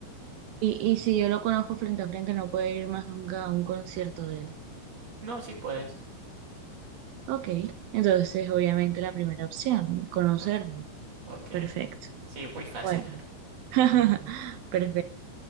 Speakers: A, on the right (about 75°); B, on the right (about 35°).
A: Y, y si yo lo conozco frente a frente, no puedo ir más nunca a un concierto de él.
B: No, sí puedes.
A: Ok, entonces obviamente la primera opción, conocerlo.
B: O- ok.
A: Perfecto.
B: Sí, muy fácil.
A: Bueno, <laughs> perfecto.